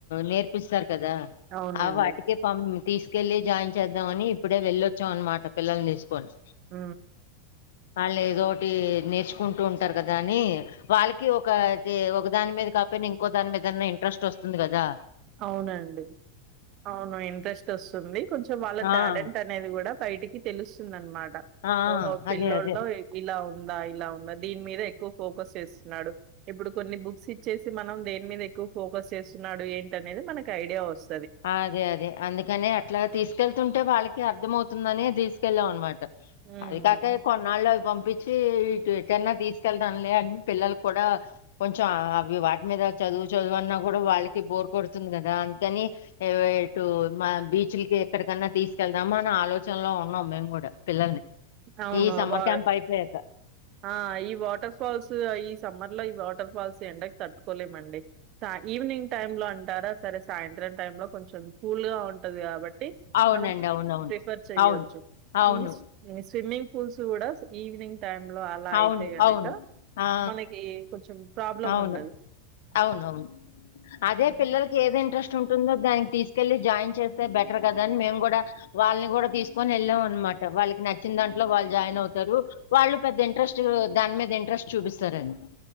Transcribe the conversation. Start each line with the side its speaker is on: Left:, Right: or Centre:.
Left: నేర్పిస్తార్ గదా
Right: అవునండి.
Left: ఆ వాటికే పమ్ తీసుకెళ్లి జాయిన్ చేద్దామని ఇప్పుడే వెళ్ళొచ్చాం అనమాట పిల్లల్ని దీసుకోని
Right: ఊ
Left: లేదోటి నేర్చుకుంటూ ఉంటారు గదా అని వాళ్ళకి ఒక ది ఒక దాని మీద కాక ఇంకో దాని మీదన్నా ఇంట్రెస్ట్ వస్తుంది గదా
Right: అవునండి అవును ఇంట్రెస్ట్ వస్తుంది కొంచెం వాళ్ళ
Left: ఆ
Right: టాలెంట్ అనేది గూడా బయటికి తెలుస్తుందనమాట
Left: ఆ
Right: ఓహో పిల్ల్లోల్లో
Left: అదే అదే.
Right: ఇలా ఉం ఉందా ఇలా ఉందా దీని మీద ఎక్కువ ఫోకస్ చేస్తున్నాడు ఇప్పుడు కొన్ని బుక్స్ ఇచ్చేసి మనం దేని మీద కు ఫోకస్ చేస్తున్నాడు ఏంటినేది మనకి ఐడియా వొస్
Left: అదే అదే అందుకనే అట్లా తీసుకెళ్తుంటే వాళ్ళకి అర్ద అవుతుందనె దీసుకెళ్ళాం అనమాట
Right: హ్మ్.
Left: అది కాక కొన్నాళ్ళు అవి పంపించి ఇటు ఎటన్నా దీసుకెళ్దాం లే అని పిల్లలు కూడా కొంచెం అవి వాటి మీద చదువు చదువు అన్నా గుడా వాళ్ళకి బోర్ కొడుతుంది గదా అంద్ కని వ ఇటు మా బీచ్లకి ఎక్కడికన్నా తీసుకెళ్దామా అని ఆలోచనలో ఉన్నాం మేము కూడా పిల్లల్ని
Right: అవును
Left: ఈ సమ్మర్
Right: వా
Left: క్యాంప్ అయిపోయాక.
Right: ఆ ఈ వాటర్ ఫాల్సు ఈ సమ్మర్ లో ఈ వాటర్ ఫాల్స్ ఎండకి తట్టుకోలేమండి ఈవినింగ్ టైమ్ లో అంటారా సరే సాయం త్రం టైం లో కొంచెం కూల్ గా ఉంటది గాబట్టి ట్టి
Left: అవునండి
Right: మనం
Left: అవునవును.
Right: ప్రిఫర్ చెయ్యచ్చు
Left: అవును. అవును.
Right: ఈ స్విమ్మింగ్ పూల్స్ గుడా ఈవినింగ్ టైం లో అలా అయితే
Left: అవును.
Right: గనక
Left: అవును. ఆ!
Right: మనకి కొంచెం ప్రాబ్లం
Left: అవును.
Right: ఉండదు
Left: అవునవును అదే
Right: హ్మ్.
Left: పిల్లలకి ఏది ఇంట్రెస్ట్ ఉంటుందో దానికి తీసుకెళ్ళలి జాయిన్ చేస్తే బెటర్ కదా అని మేము గుడా వాళ్ళని గుడా తీసుకొని వెళ్ళాం అనమా ట వాళ్ళకి నచ్చిన దాంట్లో వాళ్ళు జాయిన్ అవుతారు వాళ్ళు పెద్ద ఇంట్రెస్టు దాని మీద ఇంట్రెస్ట్ చూపిస్తారని